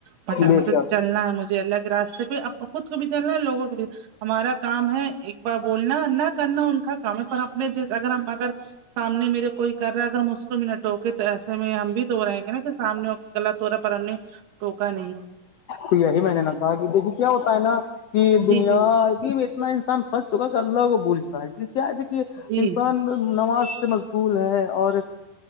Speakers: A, on the right; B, on the left.
A: پٹ
B: بے
A: مطلب
B: شک
A: چلنا ہے مجھے اللہ کے راستے پہ خود کو بھی چلنا ہے لوگوں کو بھی ہمارا کام ہے ایک بار بولنا نہ کرنا ان کا کام ہے پر اپنے دیس اگر ہم اگر سامنے میرے کوئی کر رہا ہے اگر مس س م ٹوکے تو ایسے میں ہم بھی تو رہےیں گے نا کہھر سامنے گل تو ہو رہا پر ہم نے ٹوکا نہیں
B: تو یہی میں نے ن کہا کہ دیکھیے کیا ہوتا ہے نا کہ دنیا
A: جی جی
B: اتنا انسان پنس چکا کہ اللہ کو بھول چکا ہے کیا ہے د کہ
A: جی
B: انسان نماز سے اسکول ہے اور